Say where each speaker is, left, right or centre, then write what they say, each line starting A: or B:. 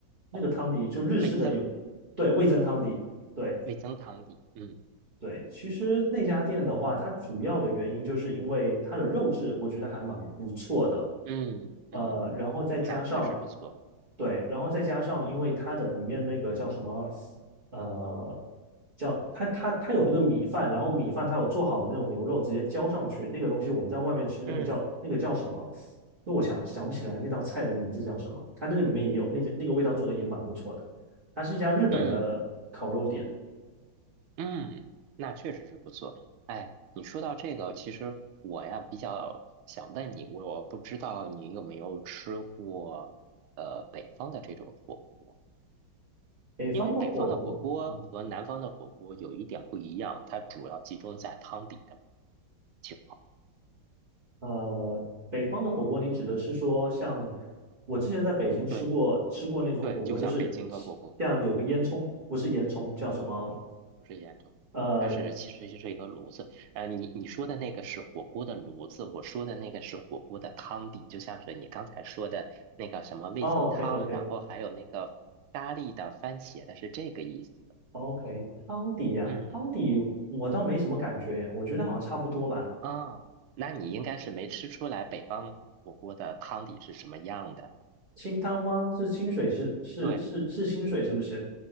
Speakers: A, on the right (about 25°); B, on the right (about 85°).
A: 那个汤底就日式的有，
B: 哦，味增。
A: 对，味增汤底，对
B: 味增汤底，嗯
A: 对。其实那家店的话，它主要的原因就是因为它的肉质我觉得还蛮不错的，
B: 嗯嗯，
A: 呃，然后再加上
B: 那确实不错，
A: 对，然后再加上，因为它的里面那个叫什么，呃，叫它它它有那个米饭，然后米饭它有做好的那种牛肉直接浇上去，那个东西我们在外面吃，那个叫那个叫什么？
B: 嗯
A: 那我想想不起来那道菜的名字叫什么。它那个里面也有那个那个味道做的也蛮不错的。它是一家日本的烤肉店，
B: 嗯嗯，那确实是不错。哎，你说到这个，其实我呀比较想问你，我不知道你有没有吃过呃北方的这种火锅，
A: 北方的火锅。
B: 因为北方的火锅和南方的火锅有一点不一样，
A: 嗯
B: 它主要集中在汤底的情况。
A: 呃，北方的火锅，你指的是说像我之前在北京吃过吃过那种火锅，
B: 对对，就像北京的火锅。
A: 就是像有个烟囱，不是烟囱，叫什么？
B: 不是烟囱，
A: 呃
B: 它是其实就是一个炉子。呃，你你说的那个是火锅的炉子，我说的那个是火锅的汤底，就像是你刚才说的那个什么味增汤，
A: ，OK OK
B: 然后还有那个咖喱的、番茄的，是这个意思。
A: OK，汤底呀、
B: 嗯
A: 汤底我倒没什么感觉耶我觉得好像差不多吧。
B: 啊，那你应该是没吃出来北方火锅的汤底是什么样的。
A: 清汤吗？是清水是是是是清水是不是？
B: 对。